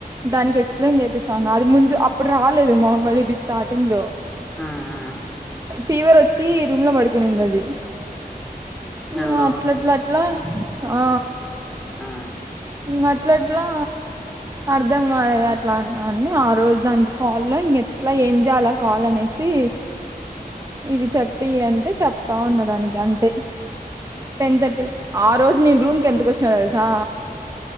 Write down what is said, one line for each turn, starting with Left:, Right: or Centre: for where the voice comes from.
Right: దానికి ఎక్స్ప్లెయిన్ చేపిస్తాన్నా అది ముందు అప్పుడు రాలేదు మాంగొలి బీ స్టార్టింగ్ లో
Centre: మ్మ్ మ్మ్
Right: ఫీవరొచ్ చ్చి ఈ రూమ్లో పడు కునిందది. ఇంగట్లట్లా
Centre: ఎవరు
Right: అట్లా ఆ
Centre: ఆ
Right: ఇంగట్ల అట్లా అర్ధం కాదుగా అట్లా అన్నా అండి. ఆ రోజు దానికి కాల్లో ఇంగేట్లా ఏం జేయాలా కాల్ అనేసి
Centre: అ <inaudible>
Right: ఇది చెప్పి అంటే చెప్తావున్నా దానికి అంతే టెన్ థర్టీ ఆ రోజు నేను రూమ్కి ఎంతకొచ్చినానో తెలుసా